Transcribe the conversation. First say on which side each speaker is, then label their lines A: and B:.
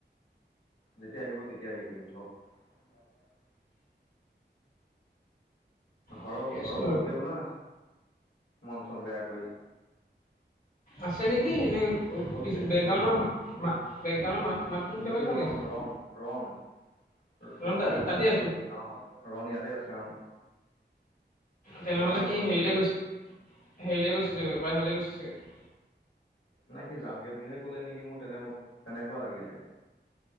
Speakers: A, on the left; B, on the left.
A: যেতিয়া আহিব, তেতিয়া আহি কৰিম থ। উ ৰজানে তেন্ত হৰহ
B: ঠিকে আছে
A: হৰহ
B: বাৰু।
A: গলগে বোলা, মন চন বেয়া কৰি।
B: আছে নেকি, এনেই
A: গ'লগে
B: বেকগ্ৰাউণ্ডৰ
A: গ'লগে
B: মা, বেকগ্ৰাউণ্ডৰ মাত মাত শুনি থকা
A: এইটো
B: নিচিনা
A: ৰণ,
B: লাগিছে।
A: ৰণ, ৰণ, ৰণে
B: ৰন দা
A: কথা
B: তাতে
A: পাতি
B: আছো
A: আছে, অ'। ৰণি ইয়াতে আছে অ'।
B: তেনেহলে
A: ৰণে
B: সি
A: কথা পাতি
B: হেৰিলৈ
A: আছে।
B: গৈছে, হেৰিলে গৈছে চাগৈ বাহিৰলৈ গৈছে চাগে।
A: নাই সি যাওঁগে বুলিহে কলে নেকি মোৰ তোইমত তেনেকুৱা লাগিলে।